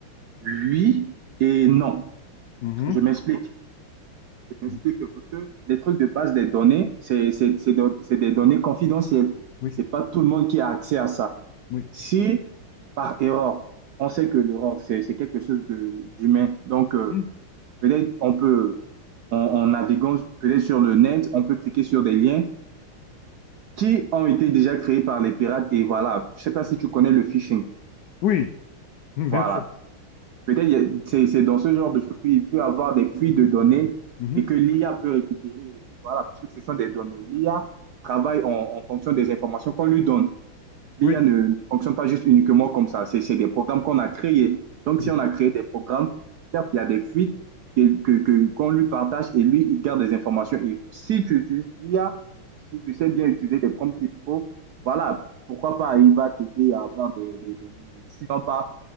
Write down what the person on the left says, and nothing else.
mhm,
mhm.
Oui,
oui.
mhm.
Oui, mhm, bien
sûr.
Mhm,
Oui,
oui.